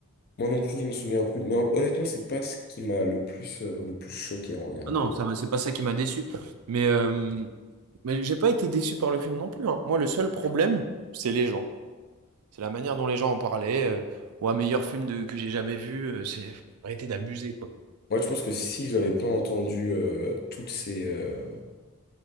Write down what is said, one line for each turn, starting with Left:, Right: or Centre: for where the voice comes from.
Left: Moi non plus, je me souviens plus. Mais hon- honnêtement, c'est pas ce qui m'a le plus, euh, le plus choqué en regardant.
Right: Ah non, ça,
Left: euh.
Right: m'a- c'est pas ça qui m'a déçu. Mais, euh, mais j'ai pas été déçu par le film non plus. hein. Moi, le seul problème, c'est les gens. C'est la manière dont les gens en parlaient. euh, ou un meilleur film de, que j'ai jamais vu. euh, c'est faut arrêter d'abuser, quoi.
Left: Moi, je pense que si j'avais pas entendu euh, toutes ces, euh,